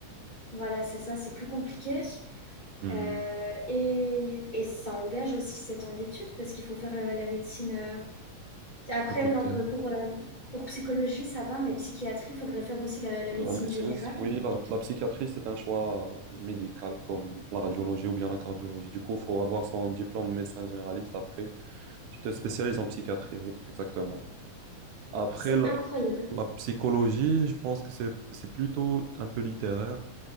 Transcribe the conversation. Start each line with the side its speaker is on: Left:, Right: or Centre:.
Left: voilà, c'est ça, c'est plus compliqué,
Right: Hmm.
Left: heu et et ça engage aussi 7 ans d'études parce qu'il faut faire, heu, la médecine, heu Après,
Right: À côté.
Left: ouais, non, euh, pour, euh, pour psychologie, ça va, mais psychiatrie, il faudrait faire aussi la, la médecine
Right: La médecine,
Left: générale.
Right: oui, la, la psychiatrie, c'est un choix médical comme la radiologie ou bien la cardiologie. Du coup, il faut avoir son diplôme de médecin généraliste. Après, tu te spécialises en psychiatrie, oui, exactement. Après,
Left: C'est
Right: la,
Left: incroyable.
Right: la psychologie, je pense que c'est, c'est plutôt un peu littéraire.